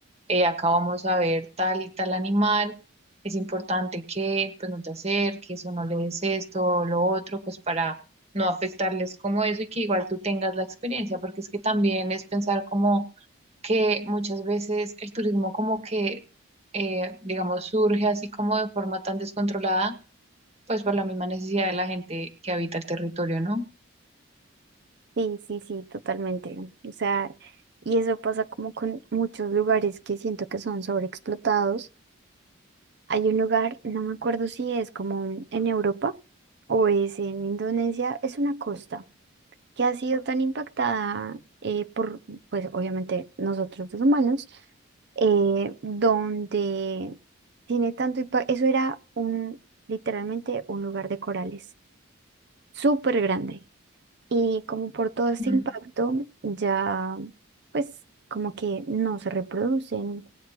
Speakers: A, on the right (about 30°); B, on the right (about 55°).
A: eh, acá vamos a ver tal y tal animal, es importante que pues no te acerques o no le des esto o lo otro, pues para no afectarles como eso y que igual tú tengas la experiencia, porque es que también es pensar como que muchas veces el turismo como que, eh, digamos, surge así como de forma tan descontrolada, pues por la misma necesidad de la gente que habita el territorio, ¿no?
B: Sí, sí, sí, totalmente. O sea, y eso pasa como con muchos lugares que siento que son sobreexplotados Hay un lugar, no me acuerdo si es como en Europa o es en Indonesia, es una costa que ha sido tan impactada eh, por, pues obviamente nosotros los humanos, eh, donde tiene tanto impacto, eso era un, literalmente un lugar de corales, súper grande. Y como por todo este
A: Ujú.
B: impacto, ya pues como que no se reproducen